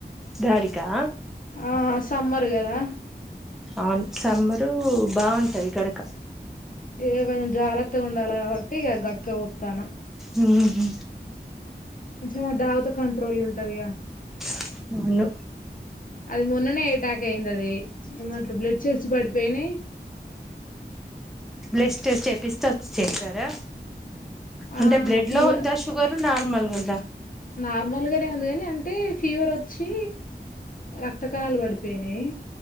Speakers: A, in the centre; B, on the left (about 50°).
A: డాడీకా
B: ఆ సమ్మరు గాదా
A: అవును సమ్మరు బావుంటాది గడక
B: ఏ కొంచెం జాగ్రత్తగా ఉండాల కాబట్టి. ఇగ గట్గా వోతాన్నాం.
A: ఉమ్ హు
B: కొంచెం ఆ దావుతే కంట్రోల్ ఉంటదిగా.
A: ప్చ్ అవును
B: అది మొన్ననే ఎటాక్ అయిందది. ఏమంట్రు బ్లడ్ సెల్స్ పడిపోయినాయ్.
A: బ్లెస్ చేసి చెపిస్త వచ్చ చెప్పారా
B: ఆ
A: అంటే బ్లడ్
B: ఫీవర్
A: లో ఉందా షుగరు, నార్మల్గా ఉంద.
B: నార్మల్ గానే ఉంది కాని అంటే ఫీవర్ వచ్చి రక్త కణాలు పడిపోయినాయి.